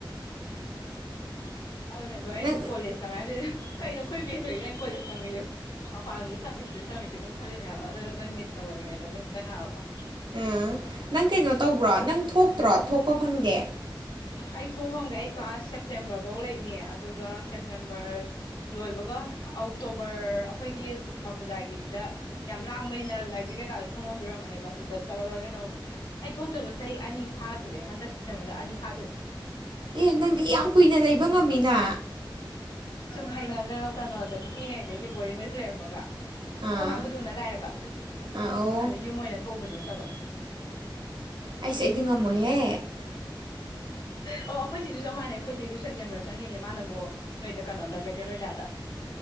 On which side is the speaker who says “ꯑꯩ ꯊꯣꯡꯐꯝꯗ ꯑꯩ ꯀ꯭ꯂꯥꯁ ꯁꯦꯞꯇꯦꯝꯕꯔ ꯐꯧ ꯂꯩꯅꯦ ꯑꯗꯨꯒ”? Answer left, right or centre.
Left